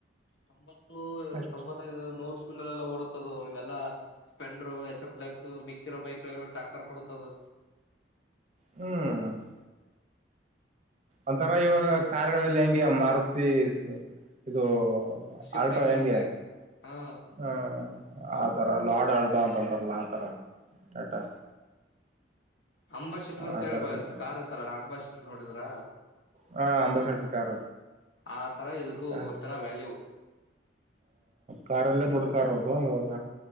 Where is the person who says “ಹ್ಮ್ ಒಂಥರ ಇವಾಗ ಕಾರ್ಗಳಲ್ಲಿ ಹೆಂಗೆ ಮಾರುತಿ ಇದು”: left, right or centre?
Right